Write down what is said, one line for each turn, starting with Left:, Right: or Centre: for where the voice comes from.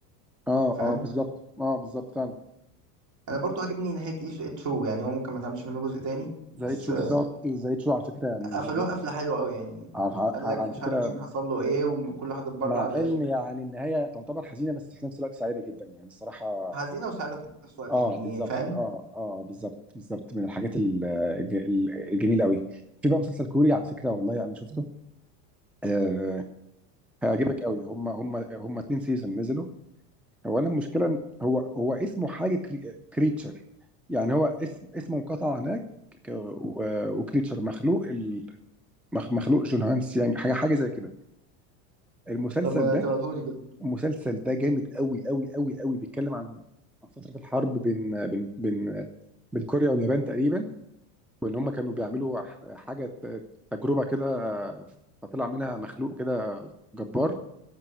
Centre: اه
Right: فاهم
Centre: اه بالظبط اه بالظبط فعلا
Right: انا برضو عجبني نهايه ايش اتشو يعني هو ممكن ما تعملش منه جزء تاني
Centre: زائد
Right: بس
Centre: شو بالظبط زائد شو على فكره من
Right: قفلوها
Centre: من-
Right: قفلة حلوة أوي يعني
Centre: على, على
Right: قال لك
Centre: على
Right: مش
Centre: فكره
Right: عارف مين حصل له إيه وكل واحد اتبرع
Centre: مع
Right: ل-
Centre: ان يعني النهايه تعتبر حزينه بس في نفس الوقت سعيده جدا يعني الصراحه
Right: حزينة وسعادة في نفس الوقت
Centre: اه
Right: يعني
Centre: بالظبط
Right: فاهم
Centre: اه اه بالظبط بالظبط من الحاجات ال- الج- ال- الجميله قوي في بقى مسلسل كوري على فكره والله انا شفته آه هيعجبك قوي هم هم هم اتنين سيزون نزلوا هو انا المشكله إن هو هو اسمه حاجه كريتشر يعني هو اسم اسمه انقطع هناك وكريتشر مخلوق مخ- مخلوق جون هانس يعني حاجه حاجه زي كده المسلسل
Right: طب ما
Centre: ده
Right: تبعتهولي كده
Centre: المسلسل ده جامد قوي قوي قوي قوي بيتكلم عن عن فتره الحرب بين بين بين بين كوريا واليابان تقريبا وان هم كانوا بيعملوا ح- حاجه ت- تجربه كده آه، فطلع منها مخلوق كده جبار